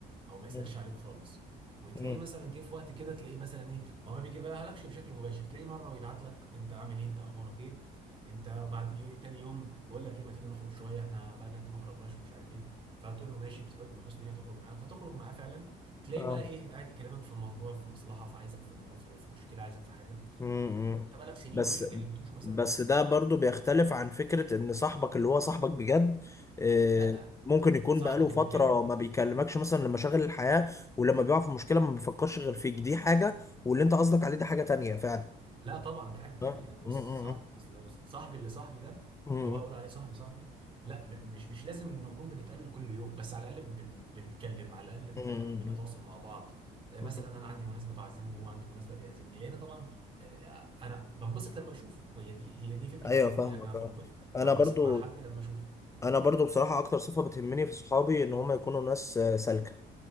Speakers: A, on the right; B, on the left.
A: او ما يسالش
B: مم.
A: عليك خالص وتلاقيه
B: مم.
A: مثلا جه في وقت كده تلاقيه مثلا ايه هو ما بيجيبها لكش بشكل مباشر تلاقيه مره يبعت لك انت عامل ايه انت اخبارك ايه انت وبعد يو- تاني يوم بقول لك ايه ما تيجي نخرج شويه احنا بقى لنا كتير ما خرجناش مش عارف ايه فتقول له ماشي بتحب بحسن نيه تخرج معاه فتخرج معاه فعلا تلاقي
B: اه
A: بقى ايه قاعد يكلمك في موضوع في مصلحه في عايزك في, مو... في في مشكله عايزك في حاجه
B: امم
A: وانت بقالك سنين
B: بس
A: مش كلمتوش مثلا
B: بس ده برضو بيختلف عن فكرة ان صاحبك اللي هو صاحبك بجد آه،
A: لا
B: ممكن يكون
A: صاحبك
B: بقاله فترة
A: اللي بجد
B: ما بيكلمكش مثلا لمشاغل الحياة ولما بيقع في مشكلة ما بيفكرش غير فيك دي حاجة واللي انت قصدك عليه ده حاجة تانية فعلا
A: لا طبعا ده حاجة تانية
B: صح؟
A: بص
B: م- م-
A: صح اصل هو صاحبي اللي صاحبي ده
B: م-
A: اللي هو اقول
B: م-
A: عليه صاحبي صاحبي لا م- مش مش لازم نكون بنتقابل كل يوم بس على الاقل بن بن- بنتكلم على الاقل بن
B: م-
A: بنتواصل
B: م-
A: مع بعض آه، مثلا
B: م.
A: انا عندي مناسبة بعزمه وهو عنده مناسبة بيعزمني لان طبعا آه، انا بنبسط لما اشوف هي دي هي دي فكرة
B: ايوه
A: الصحوبية
B: فاهمك
A: انا بنب-
B: اه انا
A: بنبسط
B: برضو
A: مع حد لما اشوفه
B: انا برضو بصراحه اكتر صفه بتهمني في صحابي ان هم يكونوا ناس آه، سالكه